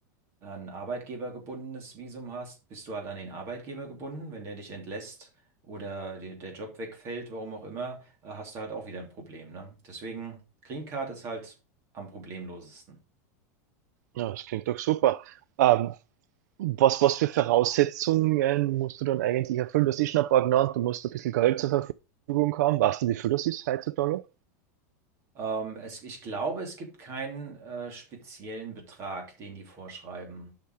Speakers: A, on the right (about 30°); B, on the right (about 85°).
A: ein arbeitgebergebundenes Visum hast, bist du halt an den Arbeitgeber gebunden. Wenn der dich entlässt oder dir der Job wegfällt, warum auch immer, äh, hast du halt auch wieder ein Problem, ne? Deswegen, Green Card ist halt am problemlosesten.
B: Ja, das klingt doch super. Ähm, was, was für Voraussetzungen äh, musst du dann eigentlich erfüllen? Du hast eh schon ein paar genannt, du musst ein bisschen Geld zur Verfügung haben. Weißt du, wie viel das ist heutzutage?
A: Ähm, es, ich glaube, es gibt keinen äh, speziellen Betrag, den die vorschreiben.